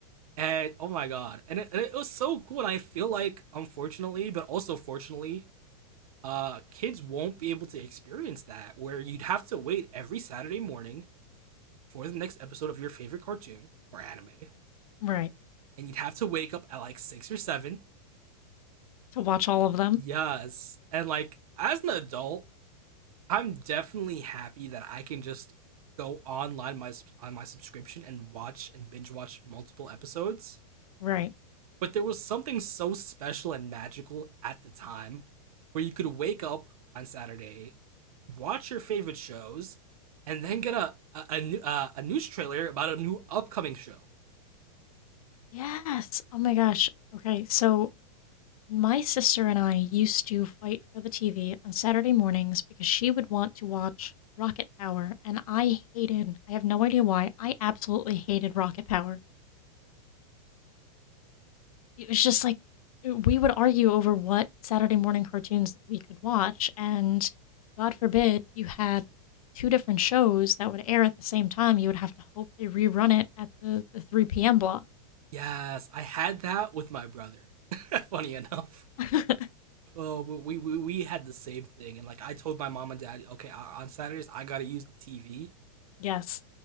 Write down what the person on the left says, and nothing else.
Right.
To watch all of them.
Right.
Yes. Oh my gosh. Okay, so my sister and I used to fight for the TV on Saturday mornings because she would want to watch Rocket Power, and I hated, I have no idea why, I absolutely hated Rocket Power. It was just like we would argue over what Saturday morning cartoons we could watch, and God forbid you had two different shows that would air at the same time. You would have to hope they rerun it at the, the 3 p.m. block.
<laughs>
yes,